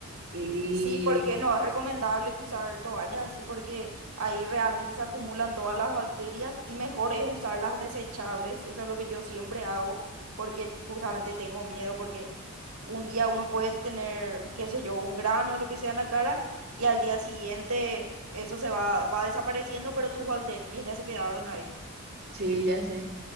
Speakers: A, on the right; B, on the right.
A: Y
B: sí, porque no es recomendable usar toallas así porque ahí realmente se acumulan todas las bacterias y mejor es usar las desechables. Eso es lo que yo siempre hago porque t- justamente tengo miedo porque un día uno puede tener, qué sé yo, un grano o lo que sea en la cara y al día siguiente eso se va, va desapareciendo, pero tus bacterias ya se quedaron ahí.
A: sí, ya sé.